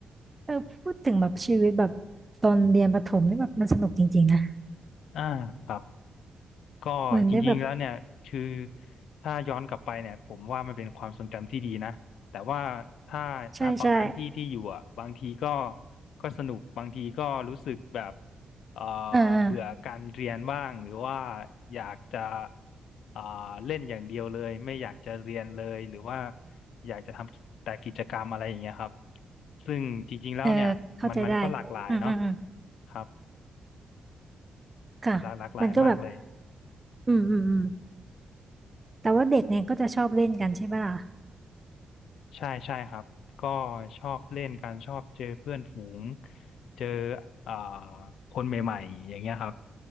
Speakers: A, on the right (about 15°); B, on the left (about 85°).
A: เออพูดถึงแบบชีวิตแบบตอนเรียนประถมนี่แบบมันสนุกจริงๆนะ
B: อ่าครับก็จริงๆแล้วเนี่ยคือ
A: เหมือนได้แบบ
B: ถ้าย้อนกลับไปเนี่ยผมว่ามันเป็นความทรงจำที่ดีนะแต่ว่าถ้าณตอนนั้นที่ที่อยู่อ่ะบางทีก็
A: ใช่ใช่
B: ก็สนุกบางทีก็รู้สึกแบบเอ่อ
A: เออเออ
B: เบื่อการเรียนบ้างหรือว่าอยากจะเอ่อเล่นอย่างเดียวเลยไม่อยากจะเรียนเลยหรือว่าอยากจะทำแต่กิจกรรมอะไรอย่างเงี้ยครับซึ่งจริงๆแล้วเนี่ยมันมันก็หลากหลายเนาะ
A: เออเข้าใจได้อืมอืมอืม
B: ครับ
A: ค่ะมันก็แบบ
B: หลากหลากหลายมากเลย
A: อืมอืมอืมแต่ว่าเด็กเนี่ยก็จะชอบเล่นกันใช่ปะล่ะ
B: ใช่ใช่ครับก็ชอบเล่นกันชอบเจอเพื่อนฝูงเจออ่าคนใหม่ๆอย่างเงี้ยครับ